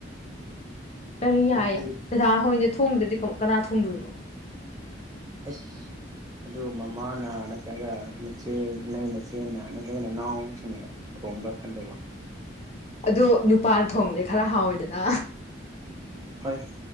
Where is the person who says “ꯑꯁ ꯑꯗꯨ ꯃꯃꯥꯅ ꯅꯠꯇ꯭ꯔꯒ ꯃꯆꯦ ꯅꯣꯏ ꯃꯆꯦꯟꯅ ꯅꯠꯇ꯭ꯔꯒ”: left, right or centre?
Right